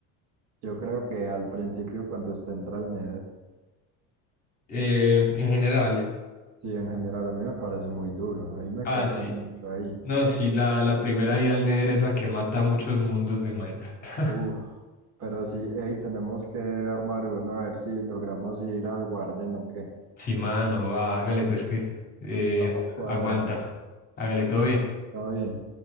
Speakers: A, on the right (about 50°); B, on the left (about 25°).
A: yo creo que al principio cuando usted entra al Nether.
B: eh, en general.
A: Sí, en general, a mí me parece muy duro. Ahí me
B: Ah,
A: cascan
B: sí.
A: mucho ahí.
B: No, sí, la, la primera ida al Nether es la que mata a muchos mundos de Minecraft. <laughs>
A: Uf, pero sí, hey, tenemos que armar uno a ver si logramos ir al Guarden o qué.
B: Sí, mano, va, hágale pues que eh,
A: Estamos cuadrando.
B: aguanta. Hágale todo bien.
A: Todo bien.